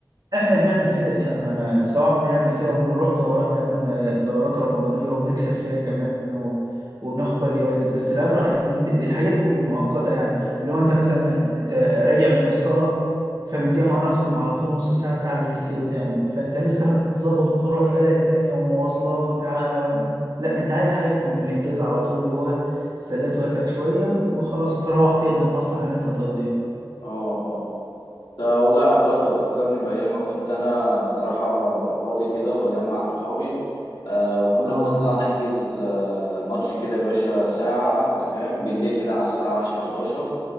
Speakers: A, on the right; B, on the left.
A: احنا بنعمل كده يعني احنا سواء بنعمل كده وبنروح دورات كمان آه، دورات رمضانية وبنكسب فيها كمان و... وبناخد فيها جوائز بس العبرة ان انت الحاجات دي بتكون مؤقتة يعني اللي هو انت مثلا انت راجع من الصلاة فبتجمع نفسكم على طول نص ساعة ساعة بالكتير وتعمل فانت لسه هتظبط وتروح بلد تانية ومواصلات وتعالى واعمل لا انت عايز حاجة تكون في الانجاز على طول اللي هو سليت وقتك شوية وخلاص هتروح تقضي المصلحة اللي انت هتقضيها
B: اه آه. ده والله يا عبد الله انت بتفكرني بايام ما كنت انا بصراحه ببقى فاضي كده وبجمع صحابي آه وكنا
A: اه
B: بنطلع نحجز آه ماتش كده يا باشا ساعه انت فاهم بالليل كده على الساعه 10 11